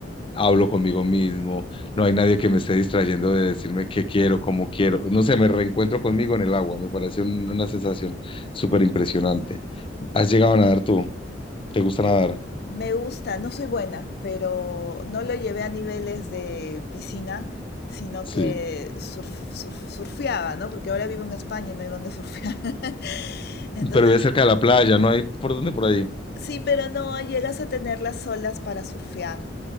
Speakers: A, on the left (about 30°); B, on the left (about 60°).
A: hablo conmigo mismo, no hay nadie que me esté distrayendo de decirme qué quiero, cómo quiero. No sé, me reencuentro conmigo en el agua, me parece un- una sensación súper impresionante. ¿Has llegado a nadar tú? ¿Te gusta
B: Eh,
A: nadar?
B: me gusta, no soy buena, pero no lo llevé a niveles de piscina, sino
A: Sí.
B: que surf- surf- surfeaba, ¿no? Porque ahora vivo en España y no hay donde surfear. <laughs> Entonces,
A: Pero vive cerca de la playa, ¿no hay por dónde por ahí?
B: Sí, pero no llegas a tener las olas para surfear.